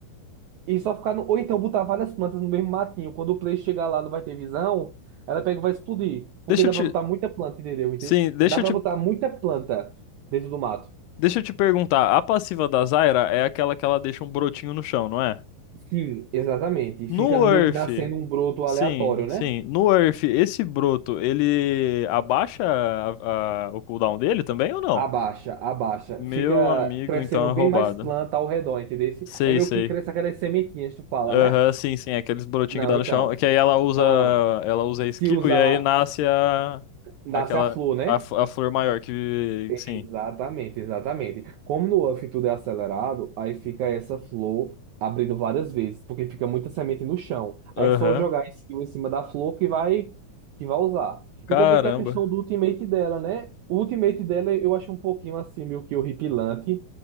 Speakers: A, on the right; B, on the left.
A: E só ficar no... Ou então botar várias plantas no mesmo matinho. Quando o Play chegar lá, não vai ter visão. Ela pega e vai explodir. Porque
B: Deixa
A: dá
B: eu te.
A: pra botar muita planta, entendeu? Ente-
B: Sim, deixa
A: Dá pra
B: eu te.
A: botar muita planta dentro do mato.
B: Deixa eu te perguntar. A passiva da Zyra é aquela que ela deixa um brotinho no chão, não é?
A: Sim, exatamente. Fica
B: No
A: meio
B: Earth.
A: que nascendo um broto aleatório,
B: Sim,
A: né?
B: sim. No Earth, esse broto, ele abaixa a- a- o cooldown dele também ou não?
A: Abaixa, abaixa.
B: Meu
A: Fica
B: amigo,
A: crescendo
B: então é
A: bem
B: roubado.
A: mais planta ao redor, entendeu?
B: Sei,
A: É meio
B: sei.
A: que cresce aquelas sementinhas, tu fala,
B: Aham,
A: né?
B: sim, sim. é Aqueles brotinhos
A: Não,
B: que dá
A: então.
B: no chão. Que aí ela usa,
A: ah,
B: ela usa a
A: se
B: skill
A: usar.
B: e aí nasce a,
A: Nasce
B: aquela,
A: a flor, né?
B: a, f- a flor maior que,
A: Exatamente,
B: sim.
A: exatamente. Como no UF tudo é acelerado, aí fica essa flor abrindo várias vezes, porque fica muita semente no chão. Aí
B: Aham.
A: é só jogar a skill em cima da flor que vai que vai usar.
B: Caramba.
A: E também tem a questão do ultimate dela, né? O ultimate dela eu acho um pouquinho assim meio que horripilante,